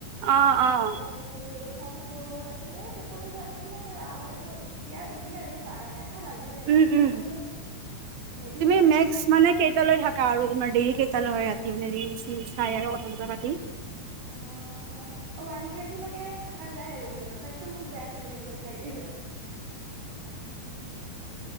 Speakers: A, on the right; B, on the right.
A: অ',
B: সনেকে
A: অ',
B: তাৰাপ চাই থাকো তাৰপিছতে এই টোপনি যোৱাতেো মোৰ আগতেো এতিয়া এতিয়া আৰু বাৰটা এটা বাজি যায়
A: উম
B: এতিয়া
A: উম
B: আৰু হেৰি
A: তুমি
B: হৈ গৈছে
A: মেক্স মানে কেইটালৈ থাকা আৰু তোমাৰ ডেইলি কেই সাল হয় ৰাতিৰি চাই কথা কথা পাতি
B: অ অ ওৱান থাৰ্টিলৈকে থাকা যায় আৰু মোৰ তাৰপিছত মোৰ বেয়া টোপন লাগি যায়। <unintelligible>